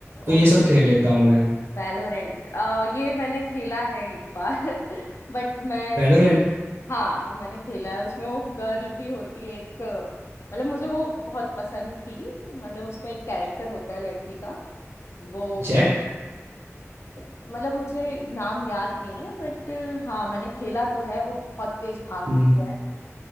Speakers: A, on the right; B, on the left.
A: तो
B: ओके
A: ये सब खेल लेता हूँ मैं
B: वैलोरेंट ये मैंने खेला है एक बार <laughs> बट मैं
A: Valorant
B: हाँ मैंने खेला है उसमें वो गर्ल भी होती है एक मतलब मुझे वो बहुत पसंद थी मतलब उसमें एक कैरेक्टर होता है लड़की का वो
A: Jett
B: मतलब मुझे नाम याद नहीं है बट हाँ मैंने खेला तो है वो बहुत तेज भागती
A: Neon
B: है